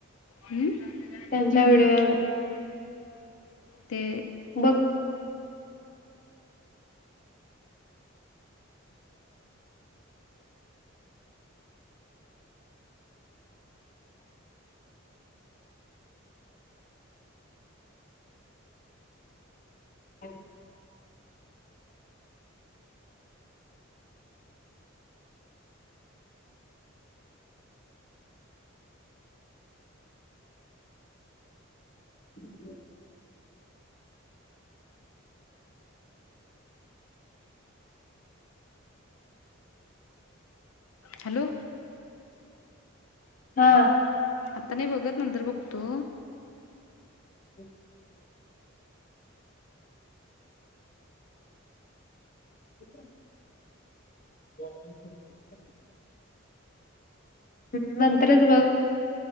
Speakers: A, on the left; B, on the left.
A: हम्म
B: त्यांचा
A: हम्म
B: व्हिडिओ
A: हम्म ते
B: बघ. <inaudible> <inaudible>
A: हॅलो
B: हा
A: आता नाही बघत नंतर बघतो
B: <inaudible> <inaudible> <inaudible> हम् नंतरच बघ,